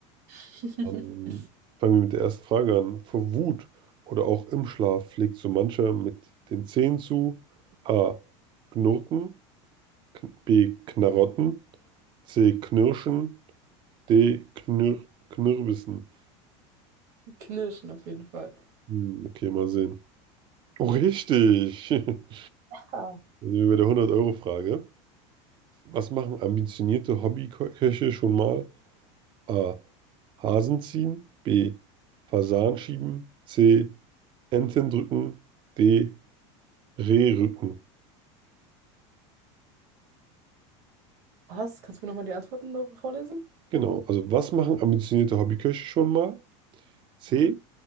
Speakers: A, on the right; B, on the right.
A: <laughs>
B: Dann fangen wir mit der ersten Frage an. Vor Wut oder auch im Schlaf schlägt so mancher mit den Zähnen zu. A. Knurken. K- B. Knarotten. C. Knirschen. D. Knir Knirbissen.
A: Knirschen auf jeden Fall.
B: Hm, okay, mal sehen. Oh, richtig. <laughs>
A: Ja.
B: Da sind wir bei der 100-Euro-Frage. Was machen ambitionierte Hobbyköche schon mal? A. Hasen ziehen. B. Fasan schieben. C. Enten drücken. D. Reh rücken.
A: Was? Kannst du mir nochmal die Antworten noch vorlesen?
B: Genau. Also, was machen ambitionierte Hobbyköche schon mal? C.
A: Ja.